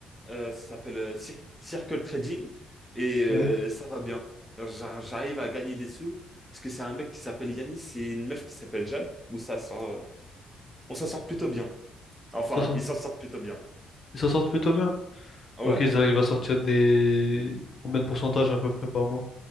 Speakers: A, in the centre; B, on the left.
A: euh, ça s'appelle euh, Cir- Circle Trading, et euh,
B: ouais.
A: ça va bien. J'a- J'arrive à gagner des sous, parce que c'est un mec qui s'appelle Yanis et une meuf qui s'appelle Jade, où ça sort, euh, on s'en sort plutôt bien. Enfin,
B: Ils s'en sortent
A: ils s'en sortent plutôt bien.
B: ils s'en sortent plutôt bien.
A: Ah
B: Ok,
A: Ouais.
B: ils arrivent à sortir des... Combien de pourcentage à peu près par mois?